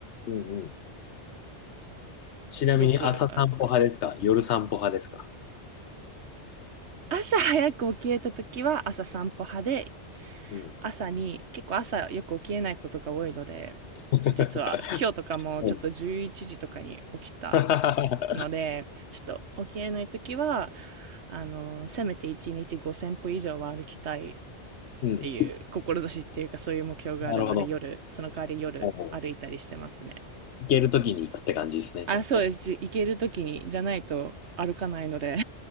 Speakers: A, on the left (about 75°); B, on the right (about 70°).
A: うんうん。ちなみに朝散歩派ですか夜散歩派ですか
B: よく歩く。朝早く起きれた時は朝散歩派で、
A: うん。
B: 朝に、結構朝よく起きれないことが多いので、
A: <laughs>
B: 実は今日とかもちょっと11時とかに起きた
A: おう <laughs>
B: ので、ちょっと起きれないときは、あの、せめて1日5000歩以上は歩きたいっていう志っていうかそういう目標があるので夜、
A: うん。なるほど。
B: その代わり夜歩いたりしてますね。
A: おう行けるときに行くって感じですね、
B: あ、
A: じゃあね。
B: そうです。行ける時に、じゃないと歩かないので。